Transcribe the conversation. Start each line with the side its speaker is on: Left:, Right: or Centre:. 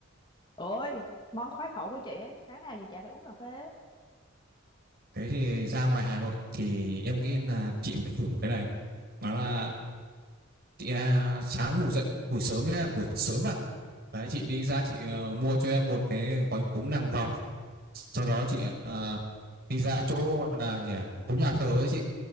Left: ôi món khoái khẩu của chị ấy sáng nào chị chả phải uống cà phê
Right: thế thì ra ngoài Hà Nội thì em nghĩ là chị phải thử một cái này đó là chị à, sáng ngủ dậy buổi sớm nhá buổi sớm vào đấy chị đi ra chị ờ, mua cho em một cái gói cúm nàng vòng sau đó chị ờ, đi ra chỗ gọi là gì à? phố nhà thờ ấy chị